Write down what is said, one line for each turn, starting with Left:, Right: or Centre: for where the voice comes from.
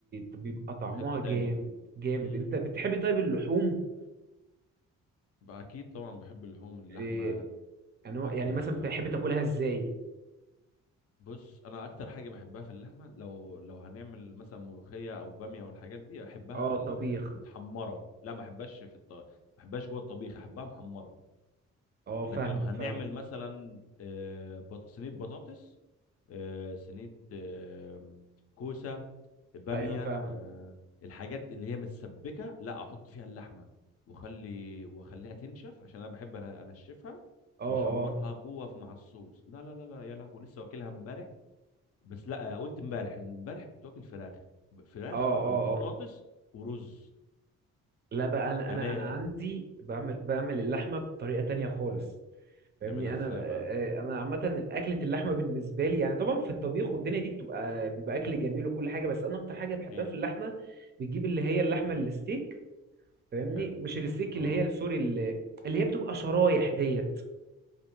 Right: بيبقى طعمها
Left: في حته تاني
Right: جامد جامد
Left: امم
Right: انت بتحبي طيب اللحوم
Left: بقى اكيد طبعا بحب اللحوم اللحمه
Right: إيه، انواع يعني
Left: آم،
Right: مثلا بتحبي تاكلها ازاي
Left: بص انا اكتر حاجه بحبها في اللحمه لو لو هنعمل مثلا ملوخيه او باميه والحاجات دي احبها
Right: اه
Left: في
Right: طبيخ
Left: المتحمره لا ما احبهاش في الط... ما احبهاش جوه الطبيخ احبها محمره
Right: اه فاهمك
Left: لكن لو هنعمل
Right: فاهمك
Left: مثلا آه، بط- صينيه بطاطس آه، صينيه آه، كوسه باميه
Right: ايوه فاهمك
Left: آه، الحاجات دي اللي هي متسبكه لا احط فيها اللحمه واخلي واخليها تنشف عشان انا بحب انا انشفها
Right: اه
Left: واحمرها
Right: اه
Left: جوه في- مع الصوص لا لا لا لا يا لهوي لسه واكلها امبارح بس لا آه، قلت امبارح امبارح كنت واكل فراخ ب- فراخ
Right: اه اه
Left: في البطاطس
Right: اه
Left: ورز
Right: لا بقى انا
Left: يعني
Right: انا انا عندي بعمل بعمل اللحمة بطريقة تانية خالص فاهمني
Left: تعملها ازاي
Right: انا
Left: بقى
Right: آه، انا عامه الاكله اللحمه بالنسبه لي يعني طبعا في الطبيخ والدنيا دي بتبقى بيبقى اكل جميل وكل حاجه بس انا اكتر حاجه بحبها
Left: اكيد
Right: في اللحمه بتجيب اللي هي اللحمه الستيك فاهمني
Left: حلو
Right: مش الستيك
Left: اه
Right: اللي هي سوري اللي, اللي هي بتبقى شرايح ديت